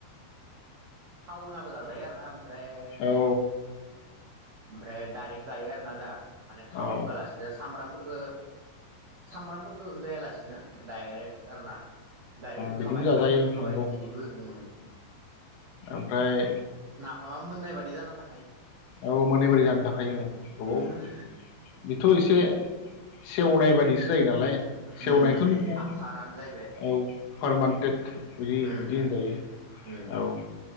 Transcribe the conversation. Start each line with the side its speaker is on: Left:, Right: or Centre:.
Right: थाव होनाबो जाजायो आरोना? ओमफ्राय जों
Left: औ
Right: ओमफ्राय दारेक्ट जायो आरोना जाहा। माने थाव
Left: औ
Right: होआलासिनो सामब्रामफोर खो सामब्रामफोरखो होलाया लासिनो दायरेक्ट आरोना। दायरेक्ट होखाबाय
Left: बिदिबो जाजायो
Right: खारैखो होखाबाय
Left: नंगौ
Right: बो उम।
Left: ओमफ्राय
Right: माबा मोननाय बादि जाना था
Left: औ मोननाय बायदि जाना थाखायो औ गोबाव
Right: उम
Left: बिथ' इसे सेवनाय बादिसो जायो नालाय
Right: उम
Left: सेवनायथ'
Right: उम
Left: नङा
Right: आसारानो जाहैबाय
Left: औ फारमानटेट
Right: उम
Left: बिदि
Right: उम
Left: बिदि होनजायो।
Right: उम
Left: औ